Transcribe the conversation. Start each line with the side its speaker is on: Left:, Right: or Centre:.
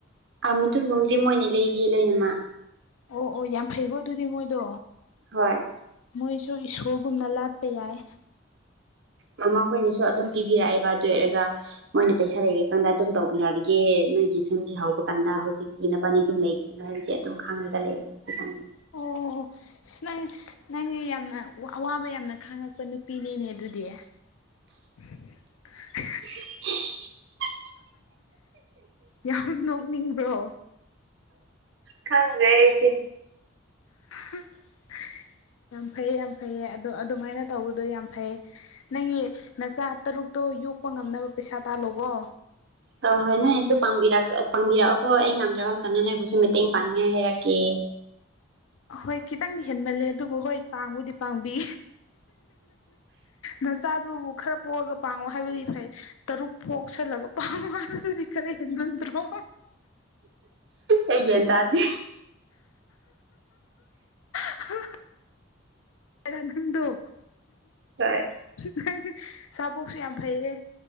Right: ꯑꯥ ꯃꯗꯨꯒꯨꯝꯕꯗꯤ ꯃꯣꯏꯅ ꯂꯩꯕꯤꯌꯦ ꯂꯣꯏꯅꯃꯛ
Left: ꯑꯣ ꯑꯣ ꯌꯥꯝ ꯐꯩꯀꯣ ꯑꯗꯨꯗꯤ ꯃꯣꯏꯗꯣ
Right: ꯍꯣꯏ
Left: ꯃꯣꯏꯁꯨ ꯏꯁꯣꯔꯒꯨꯝꯅ ꯂꯥꯠꯄ ꯌꯥꯏ
Right: ꯃꯃꯥ ꯈꯣꯏꯅꯁꯨ ꯑꯗꯨꯝ ꯄꯤꯕꯤꯔꯛꯑꯦꯕ ꯑꯗꯨ ꯑꯣꯏꯔꯒ ꯃꯣꯏꯅ ꯄꯩꯁꯥ ꯂꯩꯔꯤ ꯀꯥꯟꯗ ꯑꯗꯨꯝ ꯇꯧꯕꯤꯔꯛꯑꯒꯦ ꯅꯣꯏꯒꯤ ꯐꯦꯃꯤꯂꯤ ꯍꯧꯕ ꯀꯥꯟꯗ ꯍꯧꯖꯤꯛꯇꯤ ꯅꯕꯅꯤ ꯑꯗꯨꯝ ꯂꯩꯈꯤ ꯈꯣ ꯍꯥꯢꯕꯒꯤ ꯑꯗꯨꯝ ꯈꯉꯥꯒ ꯂꯩ ꯍꯧꯖꯤꯛꯀꯥꯟꯗꯤ
Left: ꯑꯣ ꯑꯁ ꯅꯪ ꯅꯪꯗꯤ ꯌꯥꯝꯅ ꯋꯥ ꯑꯋꯥꯕ ꯌꯥꯝꯅ ꯈꯥꯡꯉꯛꯄ ꯅꯨꯄꯤꯅꯤꯅꯦ ꯑꯗꯨꯗꯤ <unintelligible>
Right: <inaudible>
Left: ꯌꯥꯝ ꯅꯣꯛꯅꯤꯡꯕ꯭ꯔꯣ
Right: ꯈꯪꯗꯔꯦ ꯑꯩꯁꯦ
Left: <inaudible> ꯌꯥꯝ ꯐꯩ ꯌꯥꯝ ꯐꯩꯌꯦ ꯑꯗꯣ ꯑꯗꯨꯃꯥꯏꯅ ꯇꯧꯕꯗꯣ ꯌꯥꯝ ꯐꯩ ꯅꯪꯒꯤ ꯅꯆꯥ ꯇꯔꯨꯛꯇꯣ ꯌꯣꯛꯄ ꯉꯝꯅꯕ ꯄꯩꯁꯥ ꯇꯥꯜꯂꯣꯕꯣ
Right: ꯍꯣꯏ ꯍꯣꯏ ꯅꯣꯏꯅꯁꯨ ꯄꯥꯡꯕꯤꯔꯛ ꯄꯥꯡꯕꯤꯔꯛꯑꯣꯀꯣ ꯑꯩ ꯉꯝꯗ꯭ꯔꯕ ꯃꯇꯝꯗ ꯅꯣꯏꯕꯨꯁꯨ ꯃꯇꯦꯡ ꯄꯥꯡꯅꯤꯡꯉꯥꯏ ꯍꯥꯏꯔꯛꯀꯦ
Left: ꯑꯍꯣꯏ ꯈꯤꯇꯪꯗꯤ ꯍꯦꯟꯃꯜꯂꯦ ꯑꯗꯨꯕꯨ ꯍꯣꯏ ꯄꯥꯡꯕꯨꯗꯤ ꯄꯥꯡꯕꯤ ꯅꯆꯥꯗꯨꯕꯨ ꯈꯔ ꯄꯣꯛꯑꯒ ꯄꯥꯡꯉꯣ ꯍꯥꯏꯕꯗꯤ ꯐꯩ ꯇꯔꯨꯛ ꯄꯣꯛꯁꯜꯂꯒ ꯄꯥꯉꯣ ꯍꯥꯏꯕꯗꯨꯗꯤ ꯈꯔ ꯍꯦꯟꯃꯟꯗ꯭ꯔꯣ
Right: ꯑꯩ ꯒꯌ꯭ꯥꯟ ꯇꯥꯗꯦ
Left: <inaudible> ꯅꯪꯗꯣ
Right: ꯍꯣꯏ
Left: ꯅꯪ ꯆꯥꯕꯣꯛꯁꯨ ꯌꯥꯝ ꯐꯩꯍꯦ